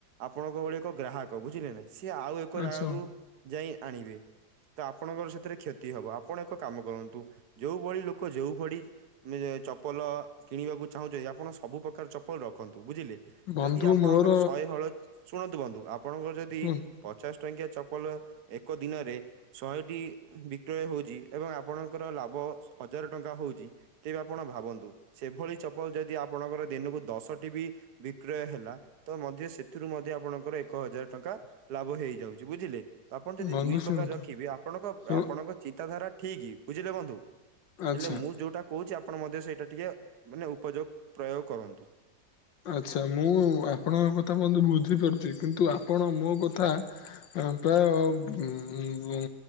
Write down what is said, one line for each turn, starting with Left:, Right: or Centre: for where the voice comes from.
Right: ଆପଣଙ୍କ ଭଳି ଏକ ଗ୍ରାହକ ବୁଝିଲେ ନା? ସିଏ ଆଉ ଏକ
Left: ଆଚ୍ଛା
Right: ଜାଗାକୁ
Left: ବନ୍ଧୁ
Right: ଯାଇ ଆଣିବେ। ତ ଆପଣଙ୍କର ସେଥିରେ କ୍ଷତି ହବ ଆପଣ ଏକ କାମ କରନ୍ତୁ ଯୋଉଭଳି ଲୋକ ଯୋଉ ଭଳି ଚପଲ କିଣିବାକୁ ଚାହୁଁଛନ୍ତି ଆପଣ ସବୁ ପ୍ରକାର ଚପଲ ର ରଖନ୍ତୁ ବୁଝିଲେ
Left: ବନ୍ଧୁ
Right: ଯଦି ଆପଣଙ୍କର
Left: ମୋର
Right: ଶହେ ହଳ ଶୁଣନ୍ତୁ ବନ୍ଧୁ ଆପଣଙ୍କର ଯଦି
Left: କୁହନ୍ତୁ
Right: ପଚାଶ ଟଙ୍କିଆ ଚପଲ ଏକ ଦିନରେ ଶହେଟି ବିକ୍ରୟ ହଉଛି ଏବଂ ଆପଣଙ୍କର ଲାଭ ହଜାର ଟଙ୍କା ହଉଛି। ତେବେ ଆପଣ ଭାବନ୍ତୁ ସେଭଳି ଚପଲ ଯଦି ଆପଣଙ୍କର ଦିନକୁ ଦଶଟି ବି ବିକ୍ରୟ ହେଲା ତ ମଧ୍ୟ ସେଥିରୁ ମଧ୍ୟ ଆପଣଙ୍କର ଏକ ହଜାର ଟଙ୍କା ଲାଭ ହେଇଯାଉଛି ବୁଝିଲେ? ଆପଣ ଯଦି
Left: ବନ୍ଧୁ
Right: ଦୁଇ
Left: ଶୁଣନ୍ତୁ
Right: ପ୍ରକାର ରଖିବେ ଆପଣଙ୍କ
Left: ଶୁଣ
Right: ଆପଣଙ୍କ ଚିନ୍ତାଧାରା ଠିକ ବୁଝିଲେ ବନ୍ଧୁ।
Left: ଆଚ୍ଛା
Right: ହେଲେ ମୁଁ ଯୋଉଟା କହୁଛି ଆପଣ ମଧ୍ୟ ସେଇଟା ଟିକେ ମାନେ ଉପଯୋଗ ପ୍ରୟୋଗ କରନ୍ତୁ।
Left: ଆଚ୍ଛା ମୁଁ ଆପଣଙ୍କ କଥା ବନ୍ଧୁ ବୁଝିପାରୁଛି କିନ୍ତୁ ଆପଣ ମୋ କଥା ପ୍ରାୟ ଉ